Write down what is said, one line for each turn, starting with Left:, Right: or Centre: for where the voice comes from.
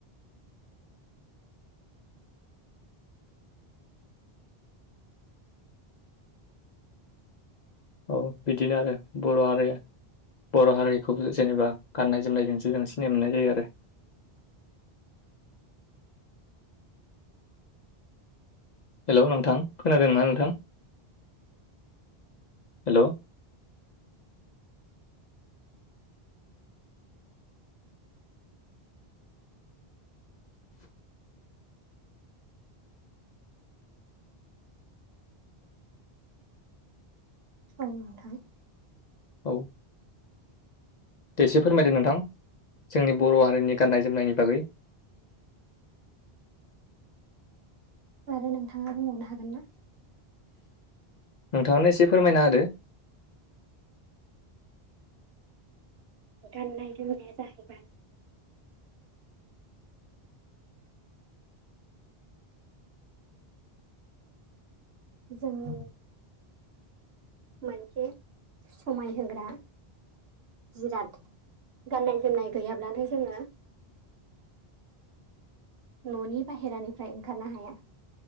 Left: औ बिदिनो आरो बर' हारिया बर' हारिखौ जेनेबा गाननाय जोमनायजोंसो जों सिनाय मोननाय जायो आरो <inaudible> हेल' नोंथां खोनादोंना नोंथां हेल'
Right: औ नोंथां
Left: औ दे एसे फोरमायदों नोंथां जोंनि बर' हारिनि गाननाय जोमनायनि बागै <inaudible>
Right: आरो नोंथाङा बुंबावनो हागोन ना
Left: नोंथांआनो एसे फोरमायना होदो
Right: गाननाय जोमनाया जाहैबाय जोंनि मोनसे समाय होग्रा जिराद गाननाय जोमनाय गैयाब्लानो जोङो न'नि बाहेरानिफ्राय ओंखारनो हाया